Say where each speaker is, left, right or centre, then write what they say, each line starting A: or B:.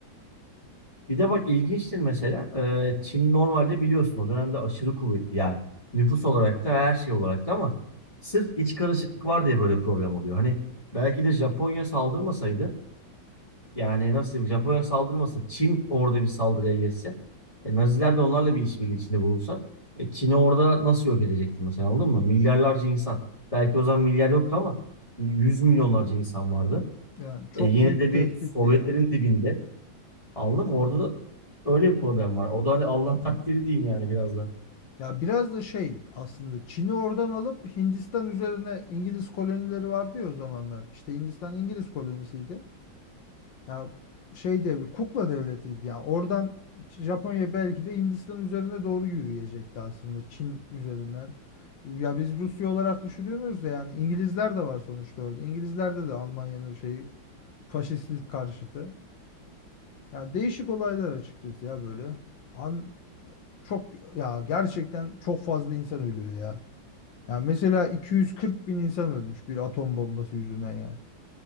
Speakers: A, on the left (about 15°); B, on the left (about 70°).
A: Bir de bak ilginçtir mesela e, Çin normalde biliyorsun o dönemde aşırı kuvvetli yani nüfus olarak da her şey olarak da ama sırf iç karışıklık var diye böyle problem oluyor. Hani belki de Japonya saldırmasaydı yani nasıl diyeyim Japonya saldırmasa Çin orada bir saldırıya geçse e, Naziler de onlarla bir işbirliği içinde bulunsa e, Çin'i orada nasıl yok edecekti mesela anladın mı? Milyarlarca insan belki o zaman milyar yoktu ama yüz milyonlarca insan vardı.
B: Yani çok
A: E, yine
B: büyük
A: de
B: tehditti
A: bir Sovyetlerin
B: yani.
A: dibinde Anladın mı? Orada da öyle bir problem var. O da hani Allah takdiri diyeyim yani biraz da.
B: Ya biraz da şey aslında Çin'i oradan alıp Hindistan üzerine İngiliz kolonileri vardı ya o zamanlar. İşte Hindistan İngiliz kolonisiydi. Ya şey devlet, kukla devletiydi yani. Oradan Japonya belki de Hindistan üzerine doğru yürüyecekti aslında Çin üzerinden. Ya biz Rusya olarak düşürüyoruz da yani İngilizler de var sonuçta orada. İngilizlerde de Almanya'nın şeyi faşistlik karşıtı. Ya değişik olaylar açıkçası ya böyle. An çok ya gerçekten çok fazla insan ölüyor ya. Ya mesela 240 bin insan ölmüş bir atom bombası yüzünden ya.